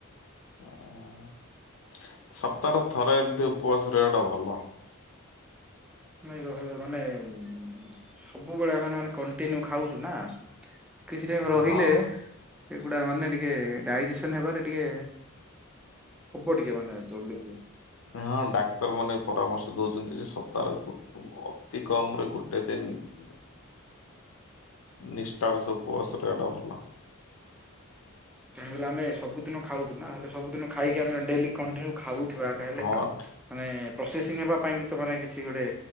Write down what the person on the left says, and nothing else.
ହଁ ସପ୍ତାହରେ ଥରେ ଏମିତି ଉପବାସ ରହିବା ଟା ଭଲ।
ହଁ
ହଁ ଡାକ୍ତର ମାନେ ପରାମର୍ଶ ଦଉଛନ୍ତି ସେ ସପ୍ତାହରେ ଅତି କମ ରେ ଗୋଟେ ଦିନ ନିଷ୍ଠାର ସବୁ <unintelligible> ଭଲ।
ହଁ।